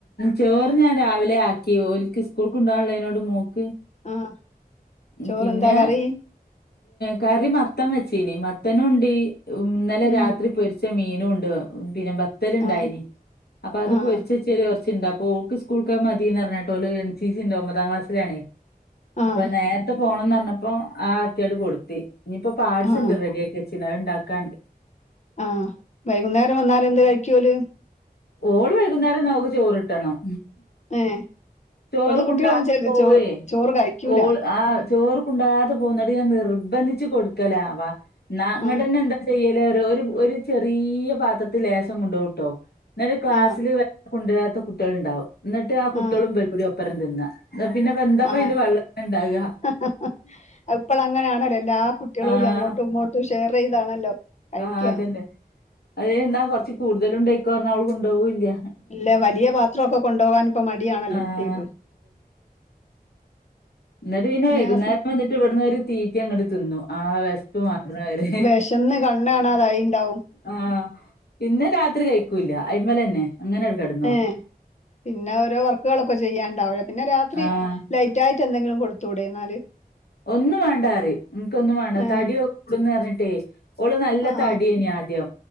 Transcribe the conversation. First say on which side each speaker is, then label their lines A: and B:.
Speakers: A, on the left; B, on the left.
A: ചേറ് ഞാൻ രാവിലെ ആക്കി ഒക്ക് സ്കൂൾക്ക്ണ്ടോള്ളത് കൊണ്ട് അതിനോട് മോക്ക്
B: ആഹ്
A: ഉം
B: ചോറെന്താ
A: പിന്നെ
B: കറി
A: കറി മത്തം വെച്ചീനി മത്തനുണ്ട് ഇന്നലെ
B: ഉം
A: രാത്രി പൊരി ച്ച മീനും ഉണ്ട് പിന്നെ ബെത്തൽ ണ്ടായിനി
B: ആഹ്
A: അപ്പൊ അത്
B: ആഹ്
A: പൊരിച്ചച്ചയ്ല് കൊർ ച്ണ്ടഅപ്പോ ഓക്ക് സ്കൂൾക്കഹ് മതീന്ന് ർഞേട്ടോ ഓള് എൻ സി ഉണ്ട് ഒമ്പതാം ക്ലാസിലണേ
B: ആഹ്
A: അപ്പൊ നേരത്തെ പോണംന്ന് പറഞ്ഞപ്പോ ആ ആക്ക്യാട് കൊടുത്തി ഇനിയിപ്പോ പാഴ്സ്ണ്ട്
B: ആഹ്
A: റെഡി ആക്കി കച്ചിന് അഹ് ണ്ടാക്കാണ്ട്
B: ആഹ് വൈകുന്നേരം വന്നാലന്ത് കഴിക്കുല്
A: ഓള് വൈകുന്നേരം അവക്ക് ചോറിട്ടണം
B: ഏഹ്
A: ചോർക്കുണ്ട
B: ഇപ്പഴത്തെ കുട്ടികളൊന്നും ചെ
A: പോവ
B: ചോ ചോറ് കഴിക്കൂല
A: ഓൾ ആഹ് ചോർ കുണ്ടാആതെ പോഉ ന്നട്ട് ഞാൻ നിർബന്ധിച്ച് കൊടുക്കലാവാ നാങ്ങട്ട്ന്നെ
B: ആഹ്
A: എന്താ ചെയ്യല് ലേറ്യോ ഒരു ഒര് ചെറിയ പാത്രത്തിൽ ലേശം കൊണ്ടോഉട്ടോ എന്നിട്ട് ക്ലാസ്സില്
B: ആഹ്
A: കൊണ്ടുരാത്ത കുട്ടികൾണ്ടാവും എന്നിട്ട് ആ കുട്ടിളും
B: ആഹ്
A: വെല്ടി ഒപ്പരം തിന്ന ന്നാ പിന്നെപ്പ എന്താപ്പ
B: ആഹ്
A: അയില് വെള്ളം ഇണ്ടാക
B: അഹ് ഇപ്പൾ അങ്ങനെയാണല്ലോ എല്ലാ കുട് ട്ട്യളൂടി
A: ആഹ്
B: അങ്ങോട്ടും ഇങ്ങോട്ടും ഷെയർ ചെയ്താണല്ലോ കഴിക്ക
A: ആഹ് അതന്നെ അത് എന്നാ കൊറച്ച് കൂടുതലും ണ്ടായികോ ർഞ്ഞാ ഓള് കൊണ്ടോഉല്ല
B: ഇല്ല വലിയ പാത്ര ഒക്കെ കൊണ്ടോആൻ ഇപ്പോ മടിയണല്ലോ
A: ആഹ്
B: കുട്ട്യേക്ക്
A: എന്നിട്ട് പിന്നെ വൈകുന്നേരം
B: ആ സ്
A: വന്നിട്ട് ഇവിടന്ന് ഒരു തീറ്റി അങ്ങട്ട് തിന്നു ആ വിശ്പ് മാറുന്നവരേ
B: വിഷന്ന് കണ്ണണാതായിണ്ടാവും
A: ആഹ് പിന്ന രാത്രി കഴിക്കൂല്ല അയിമലന്നെ അങ്ങനെട് കടക്കു
B: ഏഹ് പിന്നെ ഓരോ വർക്കുകളൊക്കെ ചെയ്യാണ്ടാവില്ല പിന്നെ രാത്രി
A: ആഹ്
B: ലൈറ്റ് ആയിട്ട് എന്തെങ്കിലും കൊടുത്തൂടെ ന്നാല്
A: ഒന്നും വേണ്ട അറിയും നിനക്ക് ഒന്നും വേണ്ട
B: ഏഹ്
A: തടി കൂടന്ന് പറഞ്ഞിട്ടേ ഓള് നല്ല
B: ആഹ്
A: തടിയേഞ് ആദ്യം